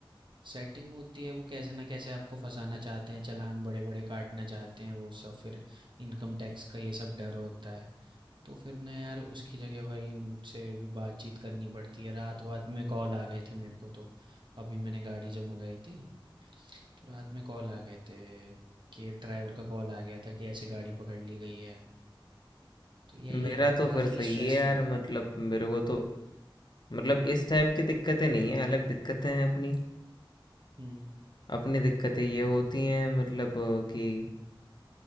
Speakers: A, on the right (about 65°); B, on the left (about 55°).
A: सेटिंग होती है वो कैसे ना कैसे आपको फंसाना चाहते हैं चालान बड़े बड़े काटना चाहते हैं वो सब फिर इनकम टैक्स का ये सब डर होता है तो फिर ना यार उसकी जगह वही उनसे भी बातचीत करनी पड़ती है रात वात में कॉल आ गए थे मेरे को तो अभी मैंने गाड़ी जब मंगाई थी तो रात में कॉल आ गए थे कि ड्राइवर का कॉल आ गया था कि ऐसे गाड़ी पकड़ ली गई है तो यही
B: मेरा
A: है यार
B: तो
A: काफ़ी
B: फिर सही
A: स्ट्रेसफुल
B: है यार
A: है
B: मतलब मेरे को तो मतलब इस टाइप की दिक्कतें नहीं हैं, अलग दिक्कतें हैं अपनी।
A: हम्म
B: अपनी दिक्कतें ये होती
A: <laughs>
B: हैं मतलब कि